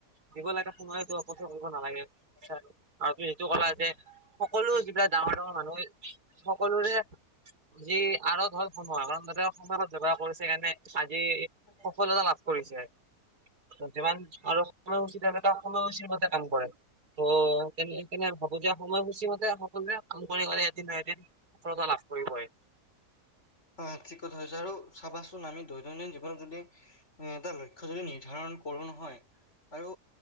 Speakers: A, on the right; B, on the left.
A: দিব লাগে, সময়তো অপব্যয় কৰিব নালাগে, আৰু তুমি এইটো কলা যে সকলো যিবিলাক ডাঙৰ-ডাঙৰ মানুহ সকলোৰে যি আৰ ধৰ হ'ল সোনোৱা। কাৰণ ধক সময়ত যোগাৰ কৰিছে সেইকাৰণে আজি
B: <inaudible>
A: সফলতা লাভ কৰিছে। যিমান আৰু সময়সূচী থাকে, কাম সময়সূচীৰ মতে কাম কৰে। অ সেই কেনে ভাবো যে সময়সূচী মতে সকলোৱে কাম কৰি গলে এদিন নহয় এদিন সফলতা লাভ কৰিবই।
B: হয় ঠিক কথা কৈছা আৰু চাবাচোন আমি দৈনন্দিন জীৱনত যদি কোনো এটা লক্ষ্য যদি নিৰ্ধাৰণ কৰোঁ নহয় আৰু